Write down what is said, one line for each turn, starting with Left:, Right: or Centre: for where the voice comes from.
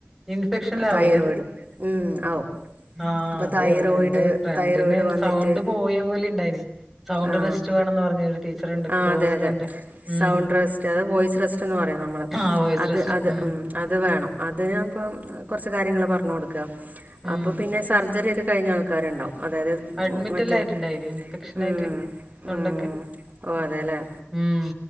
Centre: ഇം ഫക്ഷന ലാകൂലെ
Right: തൈറോയിഡ്
Centre: അത്
Right: ആവും
Centre: അതെ
Right: അപ്പോൾ തൈറോയിഡ്
Centre: ടെൻ്റെ പ്രണ്ട്
Right: തൈറോയിഡ് വന്നിട്ട്
Centre: സൗണ്ട് പോയ പോലെണ്ടായിരുന്നു
Right: ആ
Centre: റ്റ് <unintelligible> വേണ പറഞ്ഞ ടീച്ചർണ്ട്
Right: ആ
Centre: ക്ലോസ്
Right: അതെ അതെ
Centre: ഫ്രണ്ട് ഉം
Right: സൗണ്ട് റെസ്റ്റ് അത് വോയിസ് റെസ്റ്റ് എന്ന് പറയും നമ്മള്
Centre: ആഹ് വോയിസ്
Right: അത്
Centre: റെസ്റ്റ്
Right: അത്
Centre: ഉം
Right: ഉ അത് വേണം അതി ഞാപ്പം കുറച്ച കാര്യങ്ങൾ പറഞ്ഞു കൊടുക്കുക
Centre: ഉം
Right: അപ്പൊ പിന്നെ സർജറി ഒക്കെ കഴിഞ്ഞ ആൾക്കാരുണ്ടാവും അതായത്
Centre: അഡ്മിറ്റല്ല
Right: മറ്റേ
Centre: ആയിട്ടുണ്ടായിന് ഇൻഫെക്ഷൻായിട്ട്
Right: ഉം
Centre: തൊണ്ടക്ക്
Right: ഉം ഓ അതെല്ലേ
Centre: ഉം